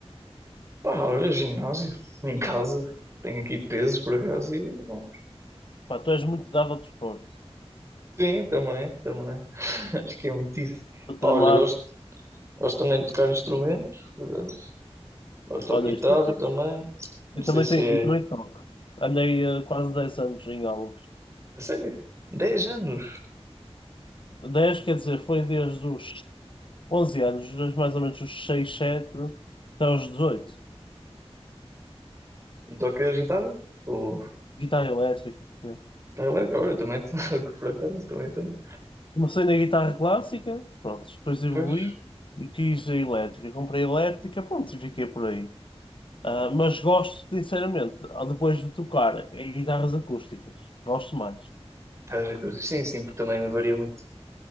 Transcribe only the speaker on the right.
Pá, olha, ginásio, em casa, tenho aqui pesos por acaso e. bom,
Sim, também, também. <laughs> Acho que é muito isso.
Pá,
olha, gosto, gosto também de tocar instrumentos, por acaso. Agora toco
guitarra
também, não
sei
se
é.
Não sei, Dez anos.
E tocas guitarra? Ou.
Tá elétrica, olha, também <laughs> toco por acaso, também tenho.
Pois.
estás a curtir. Sim, sim, porque também varia muito.